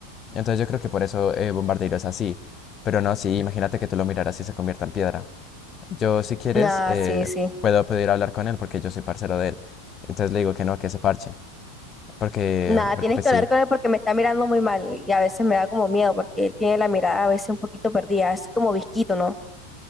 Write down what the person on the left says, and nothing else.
Entonces yo creo que por eso eh, Bombardeiro es así. Pero no, sí, imagínate que tú lo miraras y se convierta en piedra. Yo, si quieres,
eh,
puedo pedir hablar con él porque yo soy parcero de él. Entonces le digo que no, que se parche. Porque,
porque
pues
sí.